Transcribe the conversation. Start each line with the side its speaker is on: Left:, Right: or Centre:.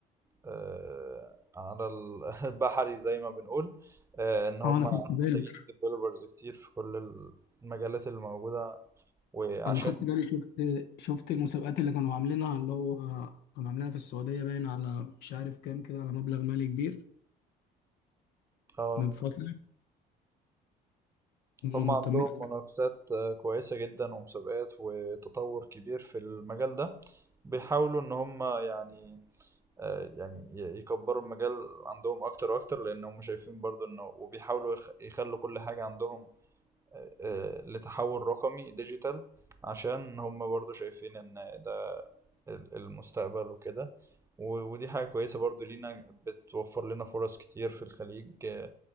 Right: آه على ال- <laughs> البحري زي ما بنقول آه ان هم
Left: اه انا
Right: محتاجين
Left: خدت بالي
Right: ديفلوبرز كتير في كل المجالات اللي موجودة وعشان
Left: انا خدت بالي شفت شفت المسابقات اللي كانوا عاملينها اللي هو كانوا عاملينها في السعوديه باين على مش عارف كام كده على مبلغ مالي كبير
Right: اه
Left: من فتره هم
Right: هم
Left: مهتمين
Right: عندهم منافسات آه، كويسة جدا ومسابقات وتطور كبير في المجال ده بيحاولوا ان هم يعني آه، يعني ي- يكبروا المجال عندهم اكتر واكتر لان هم شايفين برضو انه وبيحاولوا يخ- يخلوا كل حاجة عندهم آه، آه، لتحول رقمي ديجيتال عشان هم برضو شايفين ان ده ال- المستقبل وكده و- ودي حاجة كويسة برضو لينا بتوفر لنا فرص كتير في الخليج آه،